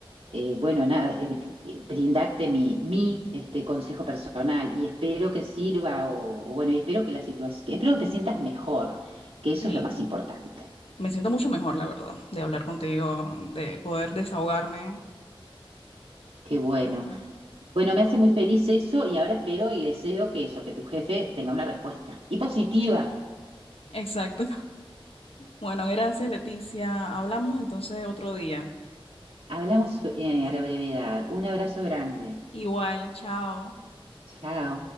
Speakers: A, on the right; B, on the left.
A: eh, bueno, nada, eh, eh, brindarte mi, mi este, consejo personal y espero que sirva o, o bueno, y espero que la situación, espero que te sientas mejor, que eso
B: Sí,
A: es lo más importante.
B: me siento mucho mejor, la verdad, de hablar contigo, de poder desahogarme.
A: Qué bueno.
B: Ah,
A: Bueno, me hace muy feliz eso y ahora espero y deseo que eso, que tu jefe tenga una respuesta. Y positiva.
B: Exacto. <laughs> Bueno, gracias Leticia. Hablamos entonces otro día.
A: Hablamos eh,
B: Sí.
A: a la brevedad. Un abrazo grande.
B: Igual, chao.
A: Chao.